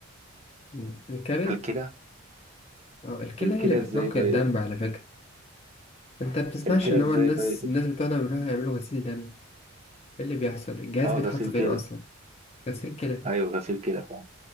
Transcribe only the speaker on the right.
الكلى
الكلى
ازاي طيب
الكلى
ازاي
طيب
اه
غسيل
كلى
ايوه غسيل كلى فعلا